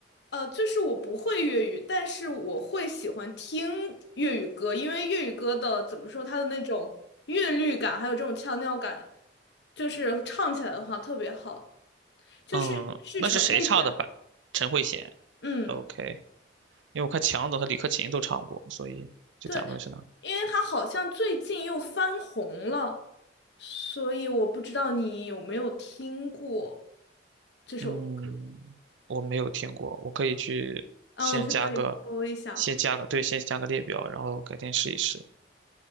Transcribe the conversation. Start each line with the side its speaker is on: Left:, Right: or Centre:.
Left: 呃，就是我不会粤语，但是我会喜欢听粤语歌，因为粤语歌的怎么说，它的那种韵律感，还有这种腔调感，就是唱起来的话特别好，就是是陈慧娴，
Right: 嗯，那是谁唱的版？陈慧娴
Left: 嗯。
Right: ，OK，因为我看强总和李克勤都唱过，所以就想问是哪？
Left: 对，因为他好像最近又翻红了，所以我不知道你有没有听过这首歌。
Right: 嗯，我没有听过，我可以去先加个，
Left: 嗯，去可以搜一下，
Right: 先加个，对，先加个列表，然后改天试一试。